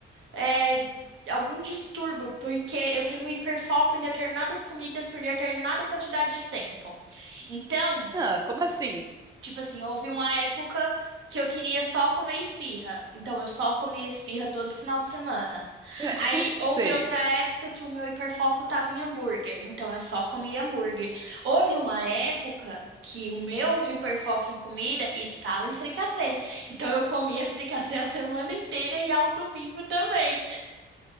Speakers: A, on the right; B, on the right.
A: é, Algum distúrbio, porque eu tenho hiperfoco em determinadas comidas por determinada quantidade de tempo. Então,
B: Ah, como assim?
A: Tipo assim, houve uma época que eu queria só comer esfirra. Então eu só comia esfirra todo final de semana.
B: <laughs>
A: Aí houve
B: Sei.
A: outra época que o meu hiperfoco tava em hambúrguer. Então eu só comia hambúrguer. Houve uma época que o meu hiperfoco em comida estava em fricassê. Então eu comia fricassê a semana inteira e ao domingo também.